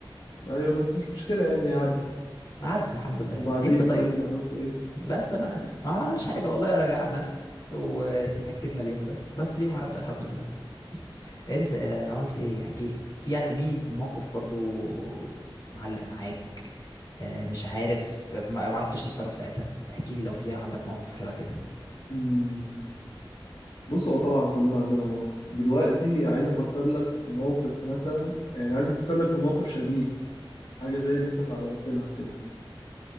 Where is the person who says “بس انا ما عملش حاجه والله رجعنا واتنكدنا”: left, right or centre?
Left